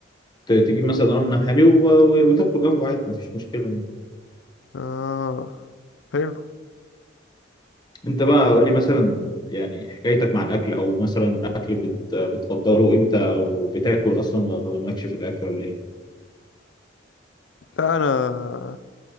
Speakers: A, on the left (about 25°); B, on the left (about 70°).
A: ت- تجيب مثلا قرن حامي و- و- وتاكله جنبه عادي مفيش مشكله يعني.
B: اه حلو
A: انت بقى قول لي مثلا يعني حكايتك مع الاكل او مثلا الاكل بت... بتفضله امتى او بتاكل اصلا ولا مالكش في الاكل ولا ايه
B: لا انا